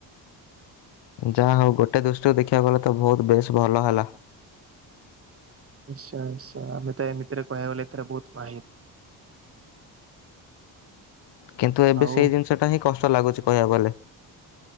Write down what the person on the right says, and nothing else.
ଇସା ଇସା ଆମେ ତ ଏମିତିରେ କହିବାକୁ ଗଲେ ଏଥିରେ ବହୁତ ମାହିର
ଆଉ